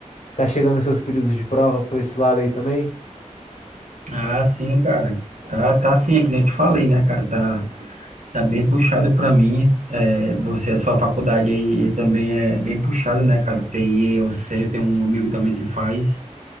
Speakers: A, on the left; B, on the right.
A: Tá chegando os seus períodos de prova por esse lado aí também?
B: Ah, sim, cara. Tá, tá sim, é que nem eu te falei, né, cara? Tá, tá bem puxado pra mim. É, você, a sua faculdade aí também é bem puxada, né, cara? TI, eu sei, eu tenho um amigo também que faz.